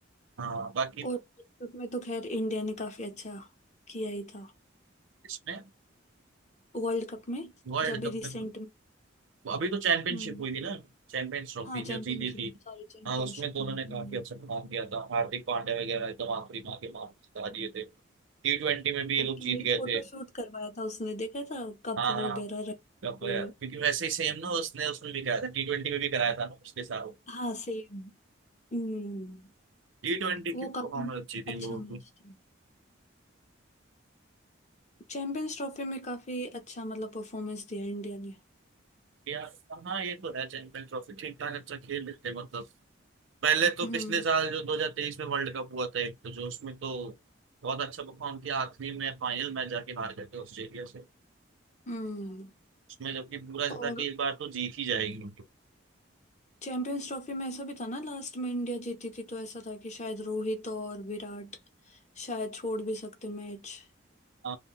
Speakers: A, on the right (about 75°); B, on the left (about 35°).
A: हाँ बाकी
B: और वर्ल्ड कप में तो खैर इंडिया ने काफी अच्छा किया ही था
A: इसमें
B: वर्ल्ड कप में
A: वर्ल्ड
B: जब भी
A: कप
B: रिसेंट
A: में तो-
B: में
A: अभी तो चैंपियनशिप
B: हम्म
A: हुई थी ना चैंपियंस ट्रॉफी
B: हाँ
A: जो
B: चैंपियनशिप
A: जीती थी
B: सॉरी चैंपियनशिप
A: हाँ उसमें तो उन्होंने
B: में हम्म
A: काफी अच्छा काम किया था हार्दिक पांड्या वगैरह एकदम आखिरी मार के मार के जिता दिए थे टी ट्वेंटी में भी ये
B: ओके
A: लोग
B: ही
A: जीत गए
B: फोटो
A: थे
B: शूट करवाया था उसने देखा था कप
A: हाँ हाँ
B: वगैरह रख
A: कप
B: के।
A: गया क्योंकि वैसे ही सेम ना उसने उसमें भी कराया था टी ट्वेंटी में भी कराया था ना पिछले साल
B: <laughs> हाँ सेम हम्म
A: टी ट्वेंटी
B: वो
A: की परफॉर्मेंस
B: काफी
A: अच्छी थी
B: अच्छा
A: इन लोगों
B: मैच
A: की
B: था चैंपियंस ट्रॉफी में काफी अच्छा मतलब परफॉर्मेंस दिया इंडिया ने
A: यार हाँ ये तो है चैंपियन ट्रॉफी ठीक ठाक अच्छा खेल लेते हैं मतलब पहले तो
B: हम्म
A: पिछले साल जो 2023 में वर्ल्ड कप हुआ था एक तो जो उसमें तो बहुत अच्छा परफॉर्म किया आखिरी में फाइनल मैच जाके हार गए थे ऑस्ट्रेलिया से
B: हम्म
A: उसमें जबकि पूरा ऐसा
B: और
A: था कि इस बार तो जीत ही जाएगी उनकी।
B: चैंपियंस ट्रॉफी में ऐसा भी था ना लास्ट में इंडिया जीती थी तो ऐसा था कि शायद रोहित और विराट शायद छोड़ भी सकते मैच
A: आ,